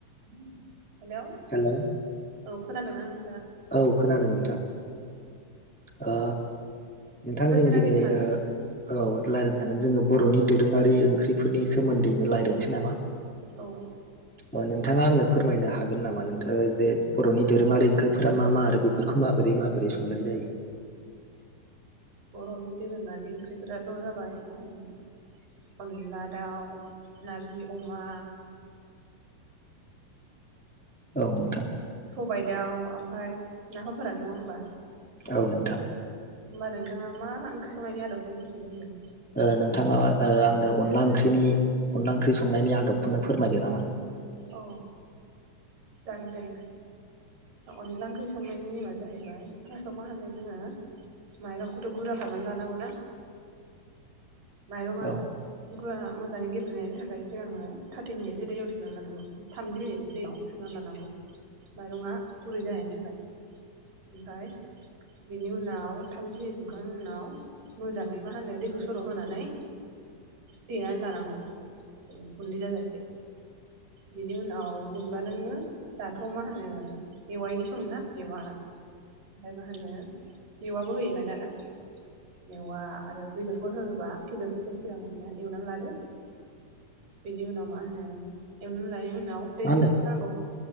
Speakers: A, on the right; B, in the centre.
A: हेलौ
B: हेलौ
A: औ खोनादों ना नों
B: औ खोनादों नोंथां। ओ नोंथां
A: दसे
B: जों
A: रायलायनो
B: दिनै
A: हागोन
B: ओ
A: नोंथां
B: औ रायलायनो हागोन जोंङो बर'नि दोरोंङारि ओंख्रिफोरनि सोमोन्दैनो राय्लायनोसै नामा?
A: औ।
B: अ नोंथाङा आंनो फोरमायनो हागोन नामा नोंथ जे बर'नि दोरोंङारि ओंख्रिफोरा मा मा आरो बेफोरखौ मा बोरै माबोरै संनाय जायो?
A: बर'नि दोरोंङारि ओंख्रिफोराथ' जाबाय मा होनो अनला दाउ, नारजि अमा
B: औ नोंथां।
A: सबायाइ दाउ ओमफाय नाफामफोरानो नंङा होमबा?
B: औ नोंथां।
A: होमबा नोंथांङा मा ओंख्रि संनायनि आदबखौ मिथिनो लुबैदों?
B: ओ नोंथांङा ओ आंनो अनला ओंख्रिनि अनला ओंख्रि संनायनि आदबखौनो फोरमायदो नामा?
A: औ जागोन दे नोंथां। अनला ओंख्रि संनायनि नेमा जाहैबाय फार्स्टआव मा होनो जोंङो माइरंखौथ' गुरा खालामनानै लानांगौ ना। माइरंङा
B: औ
A: गुवा मोजांङै गेब्लेनायनि थाखाय सिगांङो थार्टि मिनिटसो दैयाव सोमनानै लानां गौ थामजि मिनिटसो दैयाव सोमनानै लानांगौ माइरंङा गुरै जानायनि थाखाय। ओमफाय बिनि उनाव थामजि मिनिट सोमखांनायनि उनाव मोजांङै मा होनो दैखौ सर' होनानै देनानै लानांगौ गुन्दै जाजासे बिनि उनाव जेनेबा नोंङो दाथ' मा होनो मेवाइनि सम ना मेवा ओमफाय मा होनो मेवाबो होयोना दाना? मेवा आरो बेदरफोर होबा बेदरफोरखौ सिगां मा होनो एवनानै लादो। बिनि उनाव मा होनो? एवनानै लानायनि उनाव दै
B: मा
A: होदो
B: होनदों
A: नांगौ